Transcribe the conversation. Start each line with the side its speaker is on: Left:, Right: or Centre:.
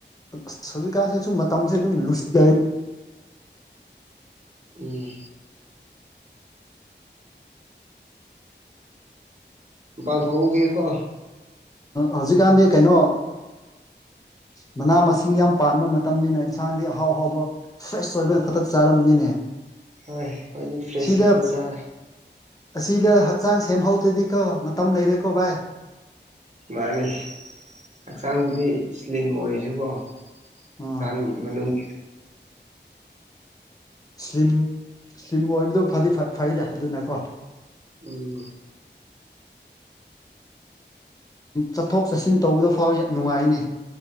Left: ꯑꯁ ꯍꯧꯖꯤꯛꯀꯥꯟꯁꯦ ꯁꯨꯝ ꯃꯇꯝꯁꯦ ꯑꯗꯨꯝ ꯂꯨꯁꯤꯜꯂ
Right: ꯎꯝ ꯊꯧꯕꯒꯀꯣ
Left: ꯍꯧꯖꯤꯛꯀꯥꯟꯗꯤ ꯀꯩꯅꯣ ꯃꯅꯥ ꯃꯁꯤꯡ ꯌꯥꯝ ꯄꯥꯟꯕ ꯃꯇꯝꯅꯤꯅ ꯏꯟꯁꯥꯡꯗꯤ ꯑꯍꯥꯎ ꯑꯍꯥꯎꯕ ꯐ꯭ꯔꯦꯁ ꯑꯣꯏꯕꯅ ꯈꯛꯇꯛ ꯆꯥꯔꯝꯅꯤꯅꯦ
Right: ꯍꯣꯏ ꯍꯣꯏ ꯐ꯭ꯔꯦꯁꯛꯇ
Left: ꯁꯤꯗ
Right: ꯆꯥꯔꯦ
Left: ꯑꯁꯤꯗ ꯍꯛꯆꯥꯡ ꯁꯦꯝꯍꯧꯗꯗꯤꯀꯣ ꯃꯇꯝ ꯂꯩꯔꯦꯀꯣ ꯚꯥꯏ
Right: ꯃꯥꯅꯤ ꯍꯛꯆꯥꯡꯕꯨꯗꯤ ꯏꯁꯂꯤꯝ ꯑꯣꯏꯁꯨꯀꯣ
Left: ꯑꯥ
Right: ꯑꯁ ꯃꯅ <inaudible>
Left: ꯁ꯭ꯂꯤꯝ ꯁ꯭ꯂꯤꯝ ꯑꯣꯏꯕꯗꯨ ꯐꯗꯤ ꯐꯩꯗ ꯑꯗꯨꯅꯀꯣ
Right: ꯎꯝ
Left: ꯆꯠꯊꯣꯛ ꯆꯠꯁꯤꯟ ꯇꯧꯕꯗ ꯐꯥꯎ ꯅꯨꯡꯉꯥꯏꯅꯤ